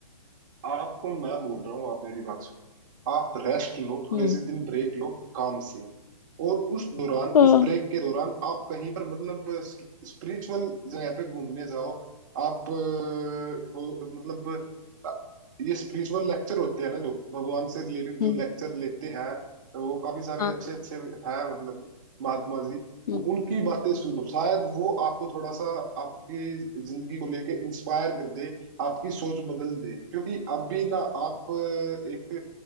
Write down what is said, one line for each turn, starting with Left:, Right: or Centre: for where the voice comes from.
Right: आपको मैं बोल रहा हूँ आप मेरी बात सुनो आप रेस्ट लो थोड़े
Left: हम्म
Right: से दिन ब्रेक लो काम से और उस दौरान
Left: हाँ
Right: उस ब्रेक के दौरान आप कहीं पर मतलब स्पिरिचुअल जगह पे घूमने जाओ आप अ, हो मतलब अ, ये स्पिरिचुअल लेक्चर होते हैं ना जो भगवान से रिलेटेड जो
Left: हम्म,
Right: लेक्चर लेते हैं वो काफी सारे
Left: हाँ
Right: अच्छे अच्छे हैं मतलब महात्मा जी
Left: हम्म,
Right: वो उनकी बातें सुनो शायद वो आपको थोड़ा सा आपकी जिंदगी को लेके इंस्पायर कर दे आपकी सोच बदल दे क्योंकि अभी ना आप अ, एक